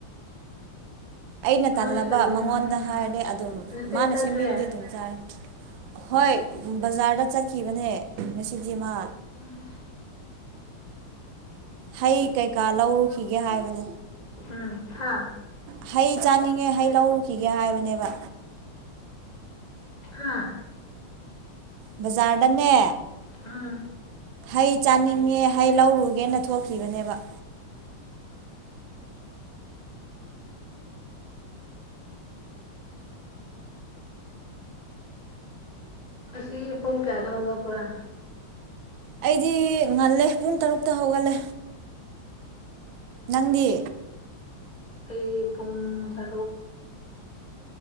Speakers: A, on the right (about 70°); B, on the left (about 20°).
A: ꯑꯩꯅ
B: ꯅꯣꯏ
A: ꯇꯜꯂꯕ
B: ꯀꯔꯤꯅꯣ
A: ꯃꯉꯣꯟꯗ
B: ꯎꯝ
A: ꯍꯥꯏꯔꯗꯤ ꯑꯗꯨꯝ
B: ꯅꯆꯦ
A: ꯃꯥꯅ
B: ꯆꯠꯈ꯭ꯔꯦ
A: ꯁꯦꯝꯕꯤꯔꯗꯤ ꯑꯗꯨꯝ ꯆꯥꯔꯦ ꯍꯣꯏ ꯕꯖꯥꯔꯗ ꯆꯠꯈꯤꯕꯅꯦ ꯉꯁꯤꯗꯤ ꯃꯥ
B: ꯎꯝ
A: ꯍꯩ ꯀꯩꯀꯥ ꯂꯧꯔꯨꯈꯤꯒꯦ ꯍꯥꯏꯕꯅꯤ
B: ꯎꯝ ꯍꯥꯥ
A: ꯍꯩ ꯆꯥꯅꯤꯡꯉꯦ ꯍꯩ ꯂꯧꯔꯨꯈꯤꯒꯦ ꯍꯥꯏꯕꯅꯦꯕ
B: ꯑꯥ
A: ꯕꯖꯥꯔꯗꯅꯦ
B: ꯑꯝ
A: ꯍꯩ ꯆꯥꯅꯤꯡꯉꯦ ꯍꯩ ꯂꯧꯔꯨꯒꯦꯅ ꯊꯣꯛꯈꯤꯕꯅꯦꯕ
B: ꯑꯁꯤ ꯄꯨꯡ ꯀꯌꯥꯗ ꯍꯧꯒ ꯄꯨꯔꯥ
A: ꯑꯩꯗꯤ ꯉꯜꯂꯦ ꯄꯨꯡ ꯇꯔꯨꯛꯇ ꯍꯧꯒꯠꯂꯦ ꯅꯪꯗꯤ
B: ꯑꯩ ꯄꯨꯡ ꯇꯔꯨꯛ